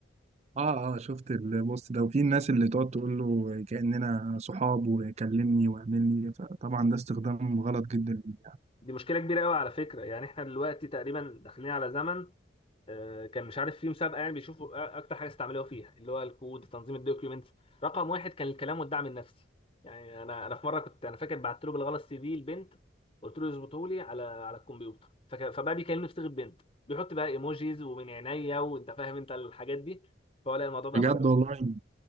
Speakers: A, on the right; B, on the left.
A: اه آه، شفت البوست ده وفي الناس اللي تقعد تقول له كأننا صحاب وكلمني واعملني فطبعا ده استخدام غلط جدا ليه يعني.
B: دي مشكله كبيره قوي على فكره يعني احنا دلوقتي تقريبا داخلين على زمن آه، كان مش عارف في مسابقه يعني بيشوفوا أ- اكتر حاجه استعملوها فيها اللي هو الكود تنظيم الدوكيومنتس رقم واحد كان الكلام والدعم النفسي يعني انا انا في مره كنت انا فاكر بعت له بالغلط سي في البنت قلت له يظبطه لي على على الكمبيوتر فك- فبقى بيكلمني بصيغه بنت بيحط بقى ايموجيز ومن عينيا وانت فاهم انت الحاجات دي فهو لا الموضوع بقى
A: بجد
B: مرعب
A: والله